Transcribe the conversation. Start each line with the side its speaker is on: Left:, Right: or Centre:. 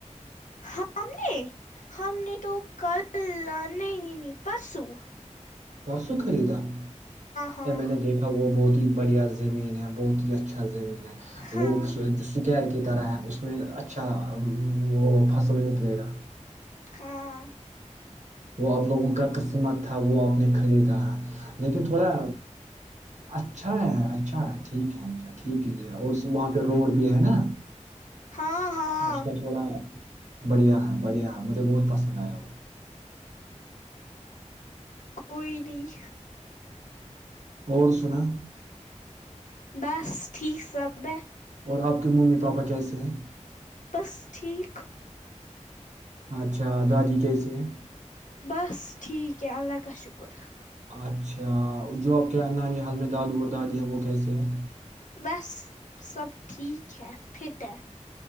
Left: ہم نے ہم نے تو کل نہیں نی پرسو
Right: پرسوں خریدا
Left: ہاں
Right: ا میں نے دیکھا وہ بہت ہی بڑھیا زمین ہے بہت ہی اچھا زمین
Left: ہاں
Right: وہ سکر کے <unintelligible> کی طرح ہے اس میں اچھا وہ فصل نکلے گا
Left: ہاں
Right: وہ آپ لوگوں کا قسمت تھا وہ آپ نے خریدا لیکن تھوڑا اچھا ہے اچھا ٹھیک ہے اچھا ٹھیک ہے ج اور وہاں پہ روڈ بھی ہے نا
Left: ہاں ہاں
Right: اس
Left: <unintelligible>
Right: کا تھوڑا بڑھیا ہے بڑھیا ہے مجھے بہت پسند آیا وہ
Left: کوئی نہیں
Right: اور سنا
Left: بس ٹھیک سب ہے
Right: اور آپ کے ممی پاپا کیسے ہیں
Left: بس ٹھیک
Right: اچھادادی کیسے ہیں
Left: بس ٹھیک ہے اللہ کا شکر
Right: اچھا جو آپ کے نانی حال میں دادو اور دادی ہیں وہ کیسے ہیں
Left: بس سب ٹھیک ہے فٹ ہے